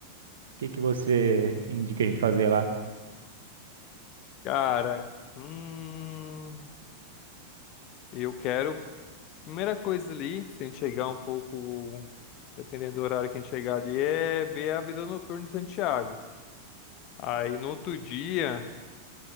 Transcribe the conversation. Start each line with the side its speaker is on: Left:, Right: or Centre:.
Right: que que você indica a gente fazer lá?
Left: Cara, hum, eu quero primeira coisa ali, se a gente chegar um pouco, dependendo do horário que a gente chegar ali, é ver a vida noturna de Santiago. Aí no outro dia,